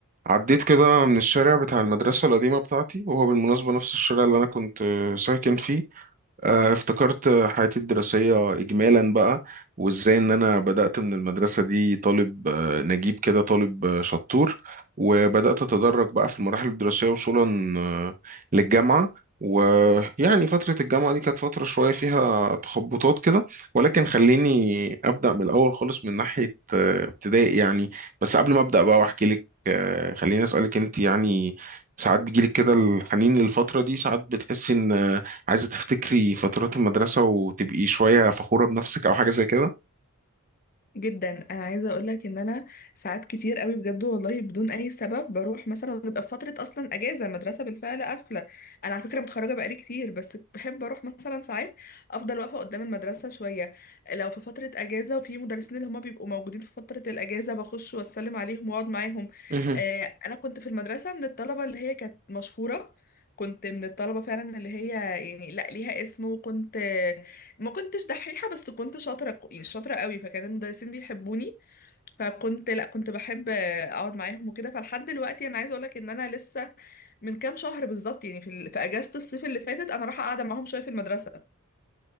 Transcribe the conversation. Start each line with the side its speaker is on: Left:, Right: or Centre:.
Right: عديت كده من الشارع بتاع المدرسة القديمة بتاعتي وهو بالمناسبة نفس الشارع اللي أنا كنت ساكن فيه آه، افتكرت حياتي الدراسية إجمالا بقى وإزاي إن أنا بدأت من المدرسة دي طالب آه، نجيب كده طالب آه، شطور وبدأت أتدرج بقى في المراحل الدراسية وصولا آه، للجامعة ويعني فترة الجامعة دي كانت فترة شوية فيها تخبطات كده ولكن خليني أبدأ من الأول خالص من ناحية آه، ابتدائي يعني بس قبل ما أبدأ بقى وأحكي لك آه، خليني أسألك أنت يعني ساعات بيجيلك كده الحنين للفترة دي ساعات بتحسي إن عايزة تفتكري فترات المدرسة وتبقي شوية فخورة بنفسك أو حاجة زي كده
Left: جدا انا عايزه اقول لك ان انا ساعات كتير قوي بجد والله بدون اي سبب بروح مثلا بيبقى في فتره اصلا اجازه المدرسه بالفعل قافله انا على فكره متخرجه بقالي كتير بس بحب اروح مثلا ساعات افضل واقفه قدام المدرسه شويه لو في فتره اجازه وفي مدرسين اللي هما بيبقوا موجودين في فتره الاجازه بخش واسلم عليهم واقعد معاهم
Right: مهم.
Left: آه، انا كنت في المدرسه من الطلبه اللي هي كانت مشهوره كنت من الطلبة فعلا اللي هي يعني لا ليها اسم وكنت ما كنتش دحيحة بس كنت شاطرة ك- يعني شاطرة قوي فكان المدرسين بيحبوني فكنت لا كنت بحب اقعد معاهم وكده فلحد دلوقتي انا عايزة اقولك ان انا لسه من كام شهر بالظبط يعني في, ال- في اجازة الصيف اللي فاتت انا رايحة قاعدة معاهم شوية في المدرسة